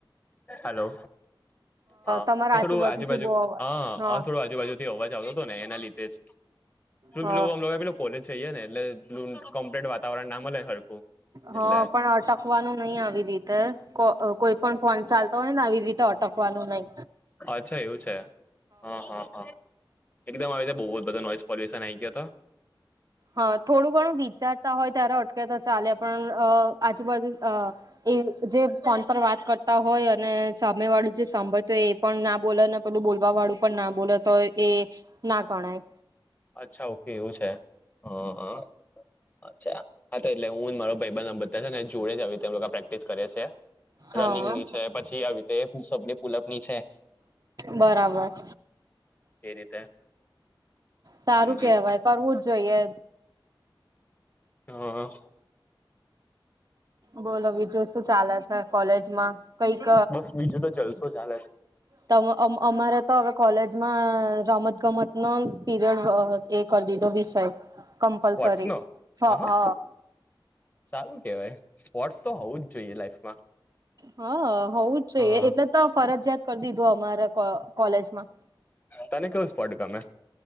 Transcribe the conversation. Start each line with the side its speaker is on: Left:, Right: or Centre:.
Left: હલો હા
Right: તમારા
Left: એ
Right: આજુબાજુથી
Left: થોડું આજુ બાજુ
Right: બહુ અવાજ
Left: હ
Right: હા
Left: થોડું આજુબાજુ જે અવાજ આવતો હતો ને એના લીધે જ શું
Right: હા
Left: પેલું આમ પેલું કોલેજ જઈએ ને એટલે <unintelligible> કમ્પ્લીટ વાતાવરણ ના મળે હરખું.
Right: હ
Left: એટલે
Right: પણ અટકવાનું નહી આવી રીતે કો કોઈ પણ ફોન ચાલતો હોય ને આવી રીતે અટકવાનું નહી.
Left: અચ્છા એવું છે હા હા હા. એકદમ આવી રીતે બહુ જ બધા નો <unintelligible> પોલ્યુશન આવી ગયો તો.
Right: હા થોડું ઘણું વિચારતા હોય ત્યારે અટકે તો ચાલે પણ આ આજુબાજુ આ એ જે ફોન પર વાત કરતા હોય અને સામે વાળું જે સાંભળત હોય એ પણ ના બોલે ને પેલું બોલવા વાળું પણ ના બોલે તો એ ના ગણાય.
Left: અચ્છા ઓકે એવું છે હા હા. અચ્છા હા તો એટલે હું મારો ભાઈબંધ આમ બધા ને જોડે જ આવી જ રીતે પ્રેક્ટિસ કરે છે.
Right: હા
Left: રનિંગ ની છે પછી આવી રીતે સપની પુલઅપની છે.
Right: બરાબ બર.
Left: એ રીતે
Right: સારું
Left: હમ હમ
Right: કેહેવાય કરવું જ જોઈએ.
Left: હા હા.
Right: બોલો બીજું શું ચાલે છે કોલેજમાં. કઈક
Left: બસ બીજું તો જલસો ચાલે છે.
Right: તમ અમ અમારે તો હવે કોલેજમાં રમત ગમત નો પીરિયડ હા હતી. કરી દીધો વિષય કમ્પલસરી
Left: છે સ્પોર્ટ્સ નો
Right: હ
Left: હા
Right: હ.
Left: સારું કેવાય સ્પોર્ટસ તો હોવું જ જોઈએ લાઈફમાં.
Right: હા હોવું જ જોઈએ
Left: હા
Right: એટલે તો ફરજિયાત કરી દીધું અમારા કો કોલેજમાં.
Left: તને કહ્યું સ્પોર્ટ્સ ગમે.